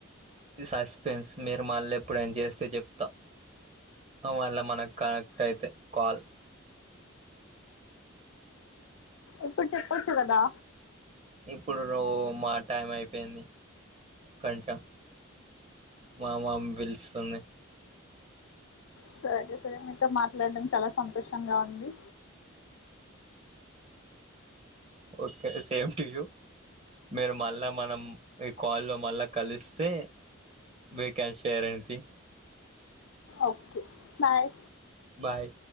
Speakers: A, on the right; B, on the left.
A: ఇది సస్పెన్స్ మీరు మళ్ళ ఎప్పుడైన చేస్తే చెప్తా అవాల మనకు కనెక్ట్ అయితే కాల్
B: ఇప్పుడు చెప్పొచ్చు కదా
A: ఇప్పుడు మా టైం అయిపోయింది కొంచెం మా మమ్మి పిలుస్తుంది
B: సరే సరే మీతో మాట్లాడటం చాలా సంతోషంగా ఉంది
A: ఓకే సేమ్ టూ యు మీరు మళ్ళా మనం ఈ కాల్లో మళ్ళా కలిస్తే we can share anything
B: okay bye
A: bye